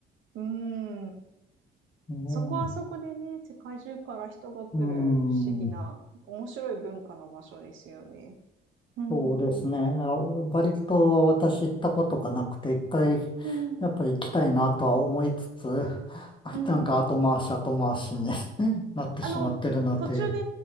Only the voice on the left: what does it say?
うん、
うん
そうですね。
あバリ島は私行ったことがなくて、一回、
やっぱり行きたいなとは思いつつ、<laughs> あなんか後回し後回しに
<laughs> なってしまってるなという